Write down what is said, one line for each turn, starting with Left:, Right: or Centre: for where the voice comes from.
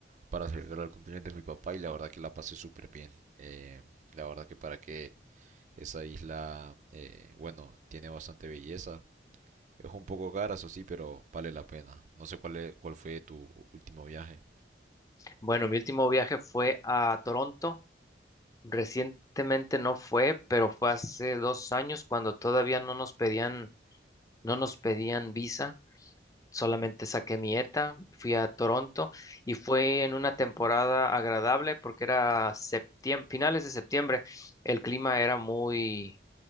Right: para celebrar el cumpleaños de mi papá y la verdad que la pasé súper bien. Eh, la verdad que para qué esa isla, eh, bueno, tiene bastante belleza. Es un poco cara, eso sí, pero vale la pena. No sé cuál, es- cuál fue tu último viaje.
Left: Bueno, mi último viaje fue a Toronto Recientemente no fue, pero fue hace dos años cuando todavía no nos pedían, no nos pedían visa. Solamente saqué mi ETA, fui a Toronto y fue en una temporada agradable porque era septiembre, finales de septiembre. El clima era muy